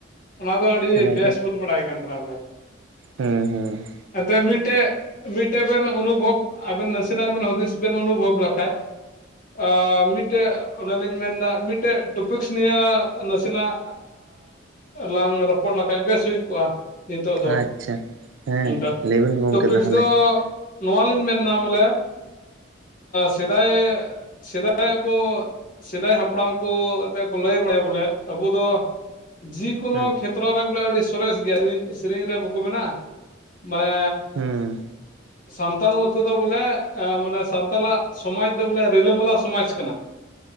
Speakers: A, on the left; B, on the right.
A: ᱚᱱᱟ ᱫᱚ ᱟᱹᱰᱤ
B: ᱚᱱᱟ
A: ᱵᱮᱥ ᱵᱚᱱ ᱵᱟᱲᱟᱭ ᱠᱟᱱ ᱛᱟᱸᱦᱮᱱᱟ ᱵᱚᱞᱮ᱾
B: ᱦᱩᱸ ᱦᱩᱸ
A: ᱟᱫᱚ ᱢᱤᱫᱴᱮᱡ ᱢᱤᱫᱴᱮᱡ ᱵᱮᱱ ᱚᱱᱩᱵᱷᱚᱵᱽ ᱟᱵᱮᱱ ᱱᱟᱥᱮᱱᱟᱜ ᱵᱮᱱ ᱦᱩᱫᱤᱥ ᱵᱮᱱ ᱚᱱᱩᱵᱷᱚᱵᱽ ᱞᱮᱠᱷᱟᱡ ᱚ ᱢᱤᱫᱴᱮᱡ ᱚᱱᱮᱞᱤᱧ ᱢᱮᱱᱫᱟ ᱢᱤᱫᱴᱮᱱ ᱴᱚᱯᱤᱠᱥ ᱱᱤᱭᱮ ᱱᱟᱥᱤᱱᱟᱜ ᱞᱟᱝ ᱨᱚᱯᱚᱲ ᱞᱮᱠᱷᱟᱡ ᱵᱮᱥ ᱦᱩᱭ ᱠᱚᱜᱼᱟ᱾ ᱱᱤᱛᱚᱜ ᱫᱚ
B: ᱟᱪᱪᱷᱟ ᱦᱮᱸ
A: ᱚᱱᱠᱟ᱾
B: ᱞᱟᱹᱭᱵᱤᱱ ᱜᱚᱝᱠᱮ
A: ᱴᱚᱯᱤᱠᱥ
B: ᱛᱟᱦᱚᱞᱮ
A: ᱫᱚ ᱱᱚᱣᱟ ᱞᱤᱧ ᱢᱮᱱ ᱱᱟ ᱵᱚᱞᱮ ᱥᱮᱫᱟᱭ ᱥᱮᱫᱟᱭ ᱵᱚ ᱥᱮᱫᱟᱭ ᱦᱟᱯᱲᱟᱢ ᱠᱚ ᱮᱛᱮ ᱠᱚ ᱞᱟᱹᱭ ᱵᱟᱲᱟᱭᱟ ᱵᱚᱞᱮ ᱟᱵᱚ ᱫᱚ ᱡᱮ ᱠᱳᱱᱳ
B: ᱦᱩᱸ
A: ᱛᱨᱟ ᱨᱮ ᱵᱚᱞᱮ ᱟᱹᱰᱤ ᱥᱚᱨᱮᱥ ᱜᱮᱭᱟ ᱥᱮᱨᱮᱧ ᱥᱮᱨᱮᱧ ᱨᱮ ᱵᱟᱠᱚ ᱢᱮᱱᱟ ᱢᱟᱱᱮ
B: ᱦᱩᱸ
A: ᱥᱟᱱᱛᱟᱞ ᱠᱚᱫᱚ ᱵᱚᱞᱮ ᱢᱟᱱᱮ ᱥᱟᱱᱛᱟᱞᱟᱜ ᱥᱚᱢᱟᱡᱽ ᱫᱚ ᱵᱚᱞᱮ ᱨᱤᱞᱟᱹ ᱢᱟᱞᱟ ᱥᱚᱢᱟᱡᱽ ᱠᱟᱱᱟ᱾